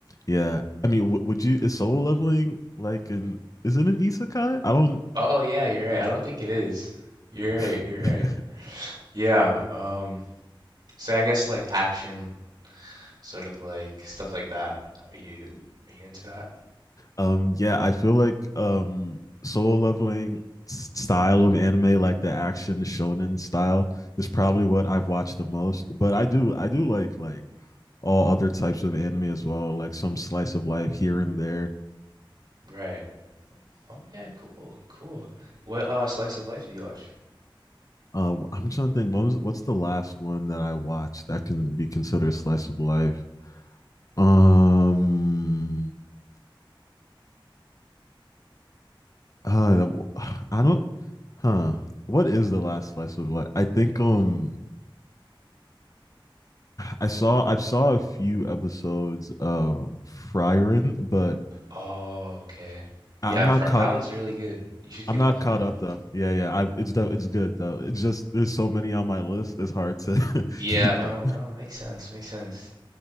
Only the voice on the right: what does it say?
Oh yeah, you're right. I don't think it is. You're
right, you're right. Yeah, um, so I guess like action, sort of like stuff like that. Are you are you into that?
Right. Oh yeah, cool, cool. What uh slice of life do you watch?
Oh, okay. Yeah,
Fr
that one's really good. You should keep
watching
that one.
Yeah,
no,
no, it makes sense, makes sense.